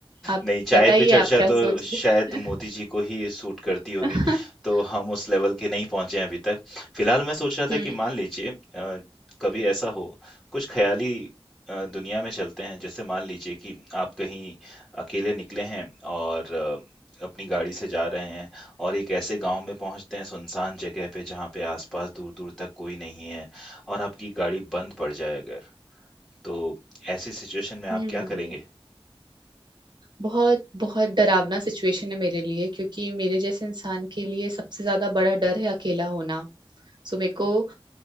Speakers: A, on the right; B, in the centre.
A: आप
B: नहीं चाय
A: बताइए
B: पे चर्चा
A: आप क्या
B: तो
A: सोच
B: शायद
A: रहे हैं
B: मोदी जी को ही सूट करती होगी
A: <laughs>
B: तो हम उस लेवल के नहीं पहुंचे हैं अभी तक फिलहाल मैं सोच रहा
A: हम्म
B: था कि मान लीजिए अ, कभी ऐसा हो कुछ ख्याली अ, दुनिया में चलते हैं जैसे मान लीजिए कि आप कहीं अकेले निकले हैं और अ, अपनी गाड़ी से जा रहे हैं और एक ऐसे गांव में पहुंचते हैं सुनसान जगह पे जहां पे आसपास दूर दूर तक कोई नहीं है और आपकी गाड़ी बंद पड़ जाए अगर तो ऐसी सिचुएशन में आप
A: हम्म
B: क्या करेंगे
A: बहुत बहुत डरावना सिचुएशन है मेरे लिए क्योंकि मेरे जैसे इंसान के लिए सबसे ज्यादा बड़ा डर है अकेला होना सो मेरे को